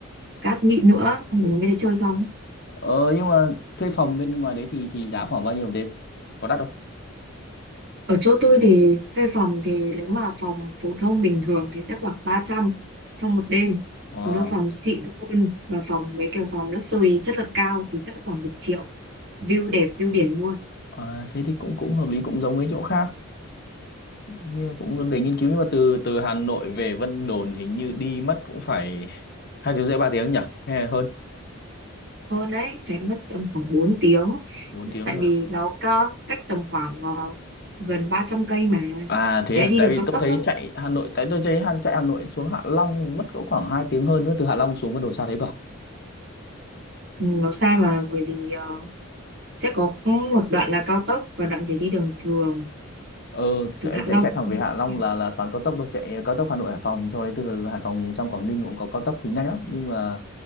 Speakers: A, on the right (about 50°); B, on the left (about 50°).
A: cát mịn nữa ông có muốn về đây chơi không
B: Ờ nhưng mà thuê phòng bên ngoài đấy thì thì giá khoảng bao nhiêu một đêm? Có đắt không?
A: Ở chỗ tôi thì thuê phòng thì nếu mà phòng phổ thông bình thường thì sẽ khoảng 300 trong một đêm.
B: Ờ,
A: Còn nếu phòng xịn hơn và phòng mấy kiểu phòng luxury chất lượng cao thì sẽ khoảng một triệu. View đẹp, view biển luôn.
B: à, thế thì cũng cũng hợp lý cũng giống mấy chỗ khác. như cũng để nghiên cứu nhưng mà từ từ Hà Nội về Vân Đồn hình như đi mất cũng phải hai tiếng rưỡi ba tiếng nhỉ hay là hơn
A: Hơn đấy, sẽ mất tầm khoảng 4 tiếng.
B: bốn tiếng
A: Tại
B: cơ
A: vì
B: à
A: nó có cách tầm khoảng ờ, gần 300 cây mà.
B: À, thế
A: Đấy,
B: à
A: đi
B: tại
A: đường
B: vì
A: cao
B: tôi
A: tốc
B: thấy
A: đó.
B: chạy Hà Nội tại tôi thấy Hà, chạy Hà Nội xuống Hạ Long mất cỡ khoảng 2 tiếng hơn nữa từ Hạ Long xuống Vân Đồn xa thế cả
A: Ừ, Nó xa mà bởi vì ờ, sẽ có một đoạn là cao tốc và đoạn phải đi đường thường,
B: ờ
A: đường
B: chạy,
A: Hạ
B: chạy
A: Long.
B: chạy thẳng về Hạ Long
A: À,
B: là là toàn cao tốc thôi chạy cao tốc Hà Nội Hải Phòng sau đấy từ Hải Phòng sang Quảng Ninh cũng có cao tốc thì nhanh lắm nhưng mà